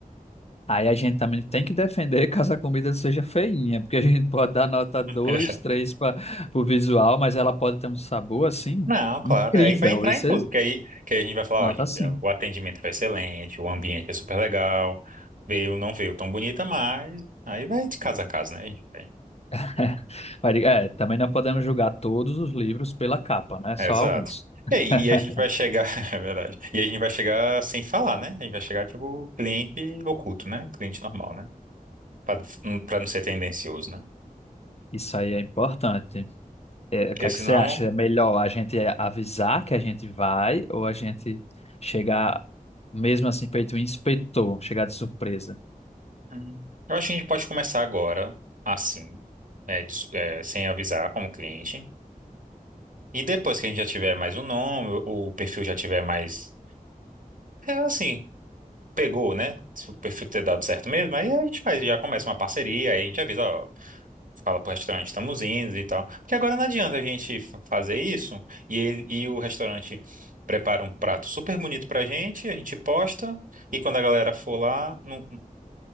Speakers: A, on the left; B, on the right.
A: aí a gente também tem que defender caso a comida seja feinha, porque a gente pode dar nota 2,
B: <laughs>
A: 3 para o visual, mas ela pode ter um sabor assim
B: Não, claro,
A: incrível.
B: aí vai entrar
A: Isso
B: em tudo,
A: é
B: que aí, que aí a gente vai falar,
A: nota
B: ó, gente,
A: 5.
B: o atendimento foi excelente, o ambiente é super legal, veio, não veio tão bonita, mas aí vai de casa a casa, né? A gente vai.
A: <laughs> Mas, É, também não podemos julgar todos os livros pela capa, né?
B: É,
A: Só
B: exato.
A: alguns. <laughs>
B: É, E aí, e a gente vai chegar, <laughs> é verdade. E a gente vai chegar sem falar, né? A gente vai chegar tipo cliente oculto, né? Cliente normal, né? Pra, hum, pra não ser tendencioso, né?
A: Isso aí é importante. É, o
B: Porque
A: que é
B: senão,
A: que você acha? É melhor a gente avisar que a gente vai ou a gente chegar, mesmo assim, feito um inspetor, chegar de surpresa?
B: Hum. eu acho que a gente pode começar agora, assim, é, de su- é, sem avisar como cliente. E depois que a gente já tiver mais um nome, o perfil já tiver mais, é, assim, pegou, né? Se o perfil ter dado certo mesmo, aí a gente faz, já começa uma parceria, aí a gente avisa, ó. fala pro restaurante, estamos indo e tal. Porque agora não adianta a gente fa- fazer isso e, ele, e o restaurante prepara um prato super bonito pra gente, a gente posta, e quando a galera for lá, não,